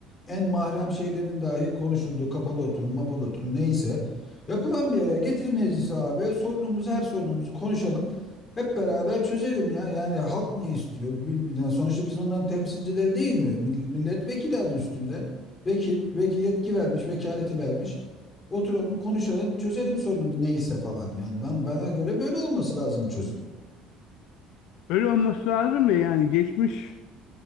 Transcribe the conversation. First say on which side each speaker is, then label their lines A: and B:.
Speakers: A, on the left; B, on the left.
A: en mahrem şeylerin dahi konuşulduğu kapalı oturum, mapalı oturum neyse yapılan bir araya getir meclisi abi. Sorunumuz her sorunumuzu konuşalım. Hep beraber çözelim ya. Yani halk ne istiyor? Bir- yani sonuçta biz onların temsilcileri değil mi? Mill- Milletvekili adı üstünde. Vekil, vekil yetki vermiş, vekaleti vermiş. Oturalım, konuşalım, çözelim sorunumuz neyse falan. Yani ben bana göre böyle olması lazım çözüm.
B: Öyle olması lazım da yani geçmiş